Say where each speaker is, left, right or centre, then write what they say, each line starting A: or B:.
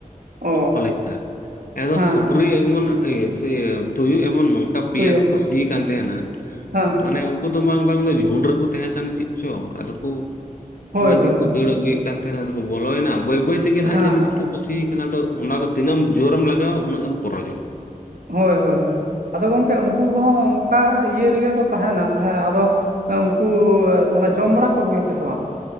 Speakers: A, on the left; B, on the right.
A: ᱾
B: ᱚ
A: <inaudible> ᱠᱚᱞᱮᱡ ᱛᱟᱨ ᱟᱫᱚ
B: ᱦᱮᱸ
A: ᱥᱩᱠᱨᱤ
B: ᱦᱮᱸ
A: ᱮᱢᱚᱱ ᱤᱭᱟᱹ ᱥᱤᱭᱟᱹ ᱛᱩᱭᱩ ᱮᱢᱚᱱ ᱱᱚᱝᱠᱟ ᱯᱮᱭᱟ
B: ᱛᱩᱭᱩ
A: ᱠᱚ ᱯᱟᱹᱥᱤ ᱠᱟᱱ ᱛᱟᱦᱮᱱᱟ
B: ᱦᱮᱸ ᱦᱮᱸ
A: ᱢᱟᱱᱮ ᱩᱱᱠᱩ ᱫᱚ ᱵᱟᱝ ᱵᱟᱝ ᱫᱚ ᱡᱷᱩᱱ ᱨᱮᱠᱚ ᱛᱟᱦᱮᱸ ᱠᱟᱱ ᱪᱮᱫ ᱪᱚ, ᱟᱫᱚ ᱠᱚ
B: ᱦᱳᱭ
A: ᱢᱚᱡᱽ
B: ᱦᱳᱭ
A: ᱜᱮᱠᱚ
B: ᱦᱳᱭ
A: ᱫᱟᱹᱲ ᱟᱹᱜᱩᱭᱮᱫ ᱠᱟᱱ ᱛᱟᱦᱮᱱᱟ ᱟᱫᱚ ᱠᱚ ᱵᱚᱞᱚᱭᱮᱱᱟ ᱾ ᱵᱟᱹᱭ ᱵᱟᱹᱭ ᱛᱮᱜᱮ
B: ᱦᱮᱸ
A: ᱱᱟᱦᱟᱸᱜ ᱡᱟᱹᱱᱤᱡ ᱠᱚ ᱯᱟᱹᱥᱤ ᱟᱠᱟᱱᱟ ᱾ ᱟᱫᱚ ᱚᱱᱟ ᱫᱚ ᱛᱤᱱᱟᱹᱜ ᱮᱢ ᱡᱳᱨᱮᱢ ᱞᱟᱜᱟᱣᱟ ᱩᱱᱟᱹᱜ ᱮᱢ <unintelligible> ᱾
B: ᱦᱳᱭ ᱦᱳᱭ ᱦᱳᱭ ᱾ ᱟᱫᱚ ᱜᱚᱝᱠᱮ ᱩᱱᱠᱩ ᱠᱚᱦᱚᱸ ᱚᱱᱠᱟ ᱤᱭᱟᱹ ᱨᱮᱜᱮ ᱠᱚ ᱛᱟᱦᱮᱱᱟ ᱛᱟᱦᱮᱸ ᱟᱫᱚ ᱩᱱᱠᱩ ᱛᱟᱦᱚᱞᱮ ᱡᱚᱢ ᱵᱟᱲᱟ ᱠᱚ ᱜᱮᱭᱟᱯᱮ ᱥᱮ ᱵᱟᱝ?